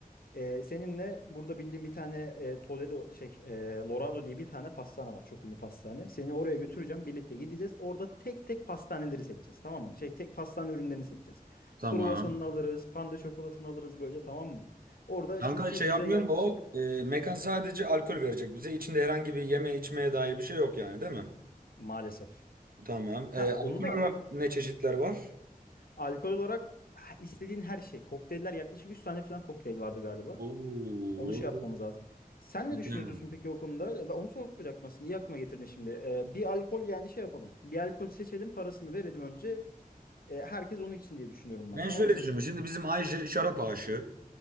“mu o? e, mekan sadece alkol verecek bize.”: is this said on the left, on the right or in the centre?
Right